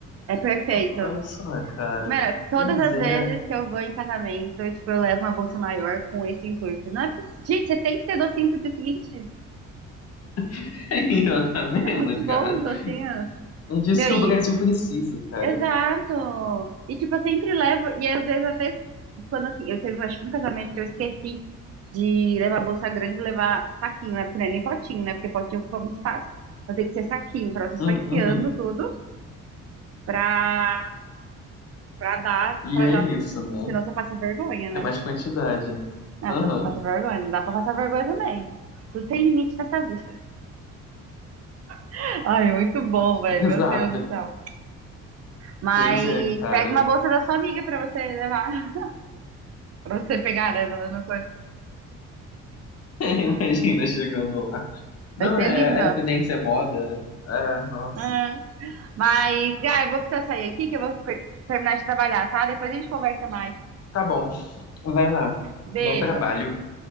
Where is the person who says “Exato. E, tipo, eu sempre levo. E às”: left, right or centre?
Right